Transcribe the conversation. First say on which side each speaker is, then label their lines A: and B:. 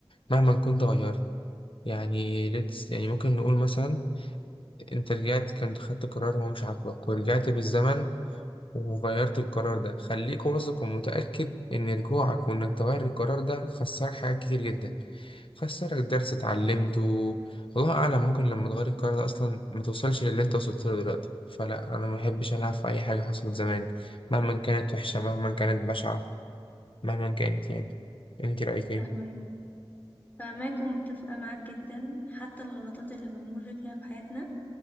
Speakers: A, on the left; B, on the left.
A: مهما كنت غيرت يعني ليتس يعني ممكن نقول مثلا أنت رجعت كنت خدت قرار هو مش عاجبك ورجعت بالزمن وغيرت القرار ده خليك واثق ومتأكد إن رجوعك وإنك تغير القرار ده خسرك حاجات كتير جدا خسرك درس اتعلمته والله أعلم ممكن لما تغير القرار ده أصلا ما توصلش للي أنت وصلت له دلوقتي فلا أنا ما أحبش ألعب في أي حاجة حصلت زمان مهما كانت وحشة مهما كانت بشعة مهما كانت يعني أنت رأيك إيه؟
B: فاهماك فاهماك ومتفقة معاك جدا حتى الغلطات اللي بنمر فيها في حياتنا